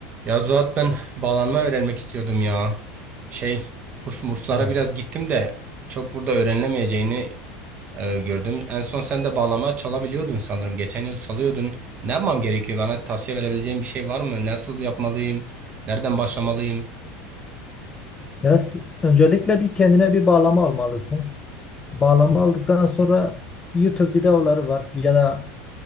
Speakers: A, on the right; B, on the left.
A: Ya Zuhat ben bağlanma öğrenmek istiyordum ya. Şey kurs murslara
B: Hı.
A: biraz gittim de çok burada öğrenilemeyeceğini e, gördüm. En son sen de bağlama çalabiliyordun sanırım. Geçen yıl çalıyordun. Ne yapmam gerekiyor? Bana tavsiye verebileceğin bir şey var mı? Nasıl yapmalıyım? Nereden başlamalıyım?
B: Ya s- öncelikle bir kendine bir bağlama almalısın. Bağlama aldıktan sonra YouTube videoları var ya da